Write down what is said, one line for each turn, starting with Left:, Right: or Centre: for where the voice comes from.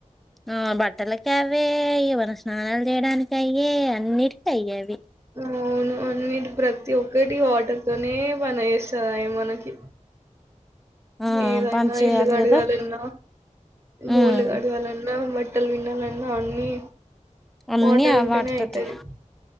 Centre: ఆ బట్టలకి అవే ఎవన స్నానాలు చేయడానికి అయై అన్నిటి అయ్యేవి
Right: అవును అన్నిటి ప్రతి ఒక్కటి వాటర్ తోనే పని చేస్తుయి అయ్యే మనకి
Centre: ఆ
Right: ఏదైనా
Centre: పని చేయాలి
Right: ఇల్లు అడగాలన్న
Centre: కదా
Right: మూలు
Centre: ఉమ్
Right: గడవాలన్నా బట్టలు వినాలన్నా అన్ని
Centre: అన్నీ
Right: వాటర్
Centre: ఆ
Right: ఉంటేనే
Centre: వాటితోటే
Right: అయితది